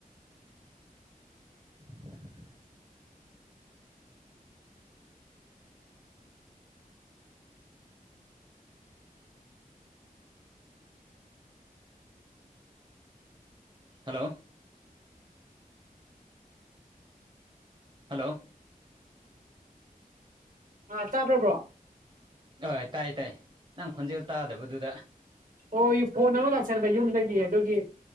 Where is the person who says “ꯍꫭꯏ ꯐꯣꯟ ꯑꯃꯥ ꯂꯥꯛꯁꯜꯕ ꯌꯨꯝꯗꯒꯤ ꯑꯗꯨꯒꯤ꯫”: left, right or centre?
Right